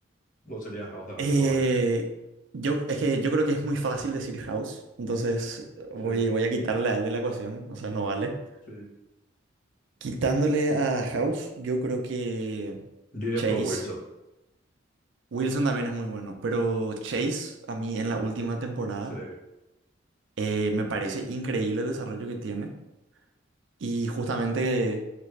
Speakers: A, on the left (about 40°); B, on the right (about 70°).
A: ¿Vos serías House también
B: eh,
A: tu favorito?
B: yo, es que yo creo que es muy fácil decir House, entonces voy,
A: Sí,
B: voy a quitarle a él de la ecuación, o sea, no vale.
A: sí.
B: Quitándole a House, yo creo que
A: Diría
B: Chase.
A: Pro Wilson.
B: Wilson también es muy bueno, pero Chase, a mí en la última temporada,
A: Sí,
B: eh, me parece increíble el desarrollo que tiene y justamente